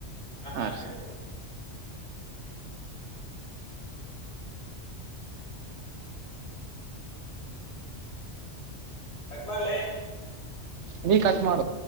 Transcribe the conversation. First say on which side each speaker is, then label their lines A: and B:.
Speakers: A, on the left; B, on the right.
A: ಹ
B: ಹಾ
A: ಆಯ್ತರ್
B: ಸರಿ
A: ಕಟ್ಮೇ ಲೇ
B: ನೀ ಕಟ್ ಮಾಡುವ